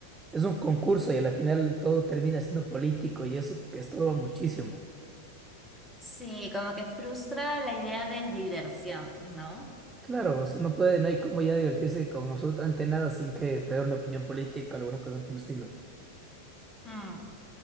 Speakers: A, on the right; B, in the centre.
A: Es un concurso y a la final todo termina siendo político y eso que estorba muchísimo.
B: Sí, como que frustra la idea de diversión, ¿no?
A: Claro, o sea, no puede, no hay como ya divertirse con absolutamente nada sin que te dé una opinión política o alguna cosa por el estilo.
B: Mm.